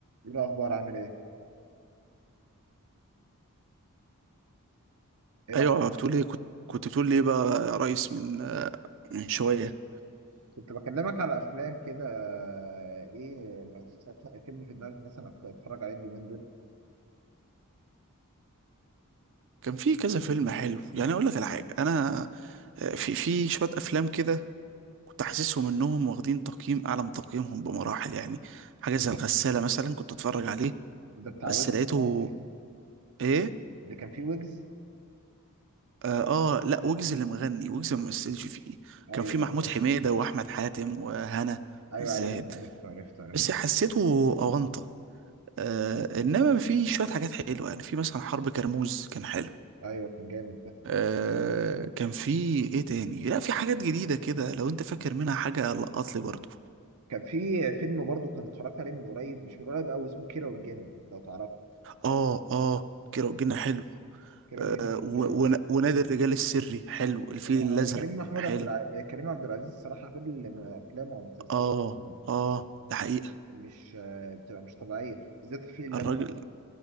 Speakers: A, on the right; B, on the right.
A: ايه الاخبار عامل ايه ايه الاخبار
B: ايوه بتقول ايه كنت كنت بتقول لي ايه بقى يا ريس من آه، من شويه
A: كنت بكلمك على افلام كده آه، ايه ما فيش أفلام- فيلم في دماغك مثلا أتف- اتفرج عليه اليومين دول
B: كان في كذا فيلم حلو يعني اقول لك على حاجه انا آه، في في شويه افلام كده كنت حاسسهم انهم واخدين تقييم اعلى من تقييمهم بمراحل يعني حاجه زي الغساله مثلا كنت اتفرج عليه
A: ده بتاع
B: بس
A: ويجز
B: لقيته
A: ده ولا ايه
B: ايه
A: اللي كان فيه ويجز
B: اه, آه لا ويجز اللي مغني ويجز ما مثلش فيه
A: ايوه
B: كان في محمود
A: ايوه
B: حميده واحمد حاتم وهنا
A: أيوه،
B: زاهد
A: عرفته عرفته عرفته عرفته
B: بس حسيته اونطه آه انما في شويه حاجات حلوه يعني في مثلا حرب كرموز كان حلو
A: ايوه كان جامد ده
B: آه كان في ايه تاني لا في حاجات جديدة كده لو انت فاكر منها حاجة لقط لي برضو
A: كان في فيلم برضو كان اتفرجت عليه من قريب مش من قريب قوي اسمه كيرة والجن لو تعرفه
B: اه اه كيرة والجن حلو
A: كيرة والجن
B: آه
A: كان
B: و-
A: جامد
B: ون- ونادي الرجال السري حلو الفيل
A: يعني
B: الازرق
A: هو كريم محمود
B: حلو
A: عبد الع... كريم عبد العزيز الصراحه كل افلامه ومسلسلاته
B: اه اه ده
A: مش
B: حقيقة
A: مش- آه، بتبقى مش طبيعيه بالذات الفيل الازرق
B: الراجل